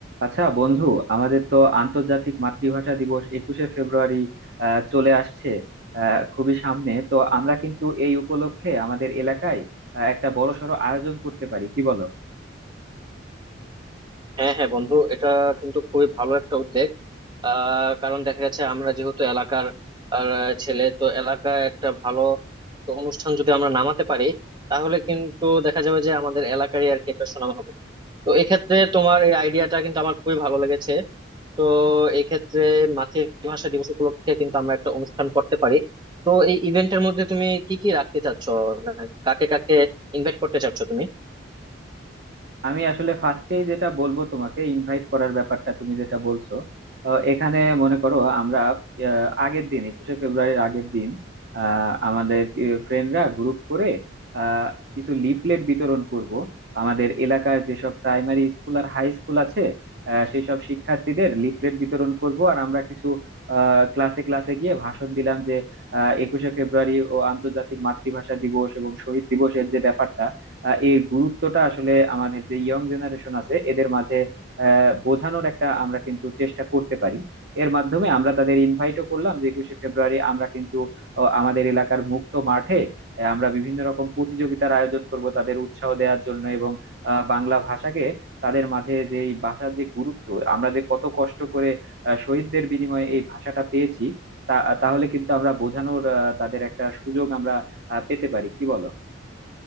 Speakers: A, on the right (about 55°); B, on the right (about 25°).
A: আচ্ছা বন্ধু আমাদের তো আন্তর্জাতিক মাতৃভাষা দিবস একুশে ফেব্রুয়ারি আহ, চলে আসছে আহ, খুবই সামনে তো আমরা কিন্তু এই উপলক্ষে আমাদের এলাকায় আহ, একটা বড়সড় আয়োজন করতে পারি কি বলো
B: হ্যাঁ হ্যাঁ বন্ধু এটা কিন্তু খুবই ভালো একটা উদ্যোগ আহ কারণ দেখা যাচ্ছে আমরা যেহেতু এলাকার আর, আহ, ছেলে তো এলাকায় একটা ভালো তো অনুষ্ঠান যদি আমরা নামাতে পারি তাহলে কিন্তু দেখা যাবে যে আমাদের এলাকারই আর কি একটা সুনাম হবে তো এক্ষেত্রে তোমার এই আইডিয়াটা কিন্তু আমার খুবই ভালো লেগেছে তো এক্ষেত্রে মাতৃভাষা দিবস উপলক্ষে কিন্তু আমরা একটা অনুষ্ঠান করতে পারি তো এই ইভেন্টের মধ্যে তুমি কি কি রাখতে চাচ্ছ মানে কাকে কাকে ইনভাইট করতে চাচ্ছ তুমি
A: আমি আসলে ফার্স্টেই যেটা বলবো তোমাকে ইনভাইট করার ব্যাপারটা তুমি যেটা বলছো আহ, এখানে মনে করো আমরা আহ, আগের দিন একুশে ফেব্রুয়ারির আগের দিন আহ, আমাদের ফ্রেন্ডরা গ্রুপ করে আহ, কিছু লিফলেট বিতরণ করব আমাদের এলাকার যেসব প্রাইমারি স্কুল আর হাই স্কুল আছে আহ, সেই সব শিক্ষার্থীদের লিফলেট বিতরণ করব আর আমরা কিছু ক্লাসে ক্লাসে গিয়ে ভাষণ দিলাম যে আহ, একুশে ফেব্রুয়ারি ও আন্তর্জাতিক মাতৃভাষা দিবস এবং শহীদ দিবসের যে ব্যাপারটা আহ, এর গুরুত্বটা আসলে আমাদের যে ইয়ং জেনারেশন আছে এদের মাঝে আহ, বোঝানোর একটা আমরা কিন্তু চেষ্টা করতে পারি এর মাধ্যমে আমরা তাদের ইনভাইটও করলাম যে একুশে ফেব্রুয়ারি আমরা কিন্তু আহ, আমাদের এলাকার মুক্ত মাঠে আহ, আমরা বিভিন্ন রকম প্রতিযোগিতার আয়োজন করব তাদের উৎসাহ দেওয়ার জন্য এবং আহ, বাংলা ভাষাকে তাদের মাঝে যে এই ভাষার যে গুরুত্ব আমরা যে কত কষ্ট করে আহ, শহীদদের বিনিময়ে এই ভাষাটা পেয়েছি তা তাহলে কিন্তু আমরা বোঝানোর আহ, তাদের একটা সুযোগ আমরা আহ, পেতে পারি কি বলো